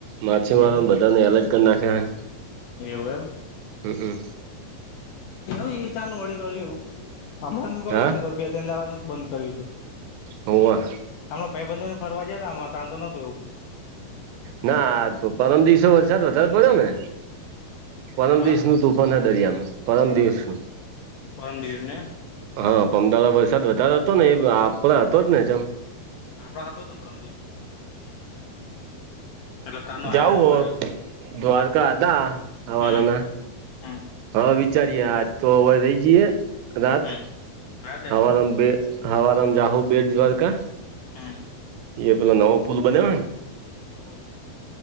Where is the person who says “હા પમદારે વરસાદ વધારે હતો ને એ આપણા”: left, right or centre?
Right